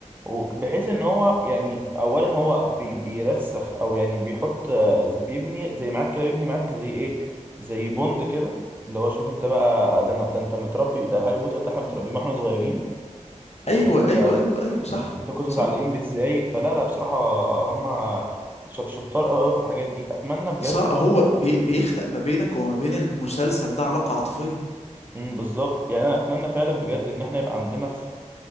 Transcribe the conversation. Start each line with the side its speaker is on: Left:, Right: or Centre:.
Right: وبحيث ان هو يعني اولا هو بي بيرسخ او يعني بيحط آه، ز- بيبني زي معاك كده بيبني معاك زي ايه زي بوند كده اللي هو شوف انت بقى ده أنا- ده انت متربي ده هاري بوتر ده احنا متربيين ما احنا صغيرين وشوف
Left: ايوه
Right: انت
Left: ايوه ايوه ايوه صح
Right: أنت كنت
Left: صح
Right: متعلقين بيه ازاي فلا لا بصراحه هم شط- شطار قوي قوي في الحاجات دي اتمنى بجد
Left: صح هو بي بيخلق ما بينك وما بين المسلسل ده علاقة عاطفية
Right: امم بالظبط يعني انا اتمنى فعلا بجد ان احنا يبقى عندنا في